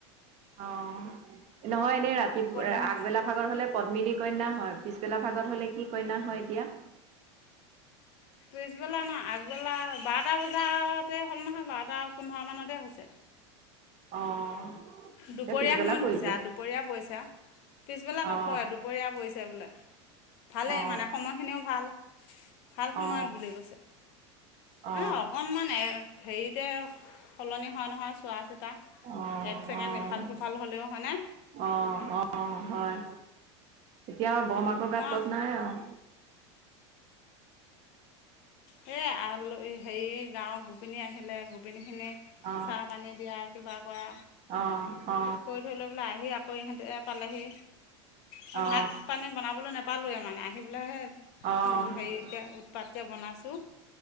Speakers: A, on the right; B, on the left.
A: অ' নহয় এনেই ৰাতি
B: পদ্মিনী
A: আগবেলা ভাগৰ হলে পদ্মিনী কন্যা হয় পিছবেলা ভাগত হলে কি কইনা হয় এতিয়া
B: পিছবেলা ন আগবেলা বাৰটা বজাতে হ'ল নহয় বাৰটা পোন্ধৰ মানতে হৈছে।
A: অ'।
B: দুপৰীয়া
A: এই পিছবেলা
B: সময়ত
A: পৰিব
B: হৈছে আৰু দুপৰীয়া পইচা। পিছবেলা নপৰে
A: অ
B: দুপৰীয়া পৰিছে বোলে। ভালেই
A: অ
B: মানে সময়খিনিও ভাল। ভাল সময়ত
A: অ
B: বুলি কৈছে মানে
A: অ
B: অকণমান হে হেৰিত তেওঁ সলনি হোৱা নহয় চোৱা চিতা।
A: অ'।
B: এক ছেকেণ্ড
A: অ',
B: ইফাল সিফাল হ'লেও হয়নে
A: অ', অ', হয়। এতিয়া বৰ মাকৰ
B: মই
A: গাত তত নাই আৰু।
B: হে আল-হেৰি গাঁৱৰ গোপিনী আহিলে গোপিনী খিনি
A: অ
B: চাহ পানী দিয়া, কিবা কৰা।
A: অ অ
B: কৈ থৈ লৈ বোলে আহি আকৌ ইহতে পালেহি, মই
A: অ অ
B: ভাত পানী বনাবলৈ নাপ নাপালোৱে মানে আহি পেলাইহে
A: অ
B: সুন-হেৰিকৈ উৎপাতকৈ বনাইছোঁ।